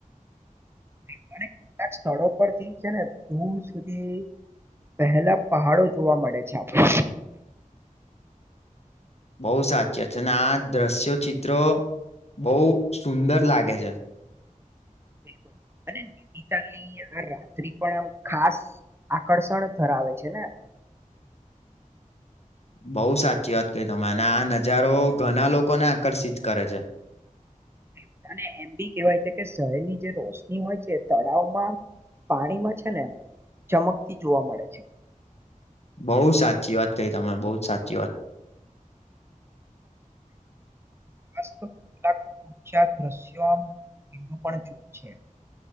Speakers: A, on the right; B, on the left.
A: <inaudible> <inaudible> કેટલાક સ્થળો પરથી છે ને દૂર સુધી પહેલા પહાડો જોવા મળે છે આપણે
B: બહુ સાચી છે અને આ દ્રશ્ય ચિત્રો બહુ સુંદર લાગે છે
A: બિલકુલ અનેનીતાલની આ રાત્રિ પણ આ ખાસ આકર્ષણ ધરાવે છે ને
B: બઉુ સાચી વાત કઈ તમે અને આ નજારો ઘણા લોકોને આકર્ષિત કરે છે
A: <inaudible> <inaudible> બલુલ અને એમ બી કેવાય છે કે શહેરની જે રોશની હોય છે તળાવમાં <inaudible> પાણીમાં છે ને ચમકતી જોવા મળે છે
B: બઉુ સાચી વાત કહી તમે બહુ જ સાચી વાત
A: સપ તો કેટલાકચા દ્રશ્યોુ પણ ચૂપ છે <inaudible>